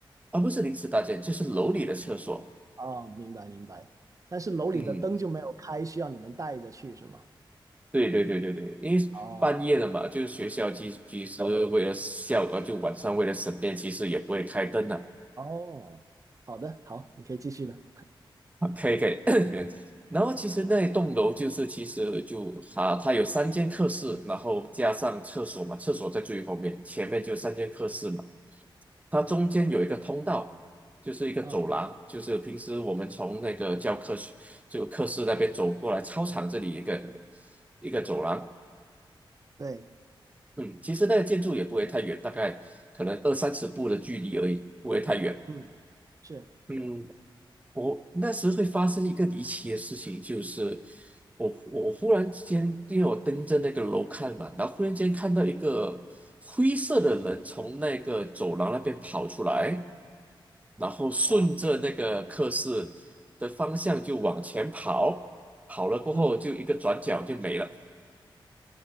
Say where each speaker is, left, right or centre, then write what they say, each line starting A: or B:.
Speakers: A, on the right; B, on the right.
A: 啊，不是临时搭建，就是楼里的厕所。
B: 哦，明白明白。但是楼里的灯就没有开，
A: 嗯，
B: 需要你们带着去是吗？
A: 对对对对对，因为半夜了嘛，
B: 哦，
A: 就是学校其其实为了校，呃，就晚上为了省电，其实也不会开灯的
B: 好哦，好的，好，你可以继续了。
A: 啊，可以可以。<coughs> 然后其实那一栋楼就是其实就啊，它有三间课室，然后加上厕所嘛，厕所在最后面，前面就三间课室嘛。它中间有一个通道，就是一个走廊，
B: 啊、
A: 就是平时我们从那个教科书就课室那边走过来，操场这里一个一个走廊。
B: 对，
A: 嗯，其实那个建筑也不会太远，大概可能二三十步的距离而已，不会太远。
B: 嗯，是，
A: 嗯，我那时会发生一个离奇的事情，就是我我忽然之间，因为我盯着那个楼看嘛，然后忽然间看到一个灰色的人从那个走廊那边跑出来，然后顺着那个课室的方向就往前跑，
B: 哇哦，
A: 跑了过后就一个转角就没了。
B: 嗯，